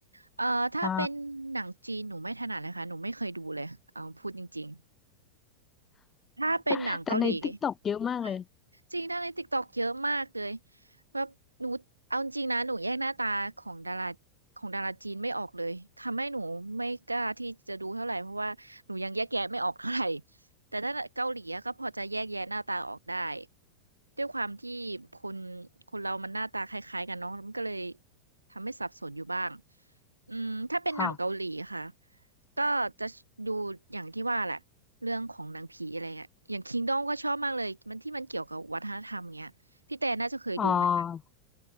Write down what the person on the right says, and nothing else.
เอ่อถ้าเป็นหนังจีน
หนูไม่ถนัดเลยค่ะ หนูไม่เคยดูเลยเอาพูดจริงๆถ้าเป็นหนังเกาหลี
ค่ะจริงดาราในติ๊กต็อกเยอะมากเลยแบบหนูเอาจริงนะหนูแยกหน้าตาของดาราของดาราจีนไม่ออกเลยทำให้หนูไม่กล้าที่จะดูเท่าไหร่เพราะว่าหนูยังแยกแยะไม่ออกเท่าไหร่แต่ถ้าเกาหลีอะก็พอจะแยกแยะหน้าตาออกได้ด้วยความที่คนคนเรามันหน้าตาคล้ายๆกันเนาะมันก็เลยทำให้สับสนอยู่บ้างอืมถ้าเป็นหนังเกาหลีค่ะ
ก็จะดูอย่างที่ว่าแหละเรื่องของหนังผีอะไรเงี้ยอย่างคิงดอมก็ชอบมากเลยมันที่มันเกี่ยวกับวัฒนธรรมเงี้ยพี่แต่น่าจะเคยดูไหมคะ